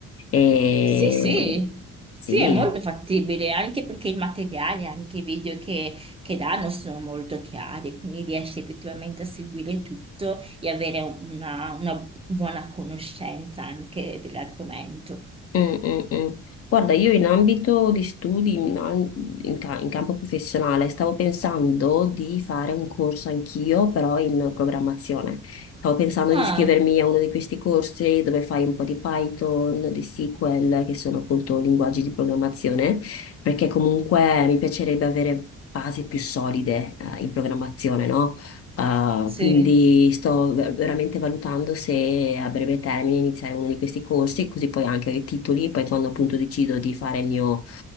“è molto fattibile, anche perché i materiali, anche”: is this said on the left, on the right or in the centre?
Right